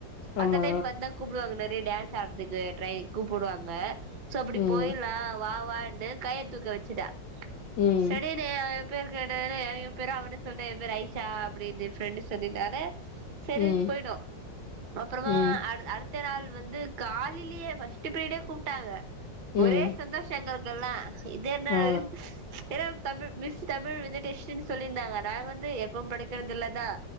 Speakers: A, on the left; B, on the right.
A: ஆமா
B: அந்த டைம் வந்தா கூப்புடுவாங்க நெறைய டேன்ஸ் சாட்துக்கு ட்ரை கூப்புடுவாங் க சோ அப்புடி
A: ம்
B: போயில்லா வா வான்னு கைய தூக்க வெச்சுட்டா
A: ம்
B: சரி ரே பேரு கேட்டதுல என் பேரு அவனே சொல்ட்டா என் பேர் ஐஷா அப்புடின்னு ஃப்ரெண்ட்டு சொல்லிட்டானே செரின்
A: ம்
B: போயிடோ அப்புறமா
A: ம்
B: அடுத் அடுத் த்த நாள் வந்து காலிலே ஃப்ஸ்ட்டு ப்ரிடே கூப்ட்டாங்க
A: ம்
B: ஒரே சந்தோஷ எங்கள்க் கல்லா இது என்ன
A: ஆ
B: ஏன்னா தமிழ் மிஸ் தமிழ் வந்து டெஷ்ட்டுனு சொல்லியிருந்தாங்க நா வந்து எப்பவு படிக்கிறது இல்லதா